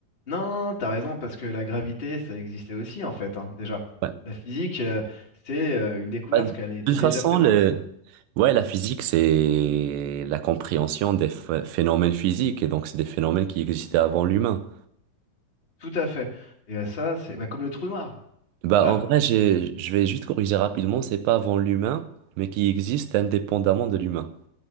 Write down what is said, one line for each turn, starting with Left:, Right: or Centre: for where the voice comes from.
Left: non, t'as raison, parce que la gravité, ça existait aussi, en fait, hein, déjà.
Right: Ouais.
Left: La physique, euh, c'est euh, une découverte,
Right: Bah, de
Left: parce qu'elle était
Right: toute
Left: déjà
Right: façon,
Left: présente.
Right: le... ouais, la physique, c'est la compréhension des ph- phénomènes physiques et donc c'est des phénomènes qui existaient avant l'humain.
Left: Tout à fait. Et euh, ça, c'est bah, comme le trou noir.
Right: Bah,
Left: Voilà,
Right: en vrai, j'ai- je vais juste corriger rapidement, c'est pas avant l'humain, mais qui existe indépendamment de l'humain,